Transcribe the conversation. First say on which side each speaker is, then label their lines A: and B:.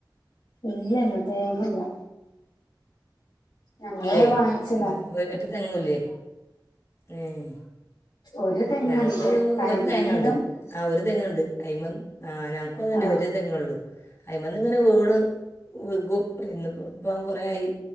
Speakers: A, on the left; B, on the left.
A: ഇല്ല്യന്നെ തേങ്ങല്ല്യ ഞങ്ങള്
B: ഇല്ലേ
A: വാങ്ങിച്ചലാ
B: ഉം ഒരറ്റ തേങ്ങൂലേ ഉം
A: ഒരു തെങ്ങുണ്ട്
B: ഞങ്ങക്ക്
A: അയിമണ്ണ
B: ഒരു തേങ്ങണ്ട്
A: ഇടും
B: ആഹ് ഒരു തെങ്ങ്ണ്ട് അയ്മന്ന് ആഹ് ഞങ്‌ക്കും തന്നെ
A: ആ
B: ഒരു തേങ്ങള്ളു അയിമന്ന്ങ്ങനെ വീണ് വീകും ഇന്ന് പ്പം കുറേ ആയി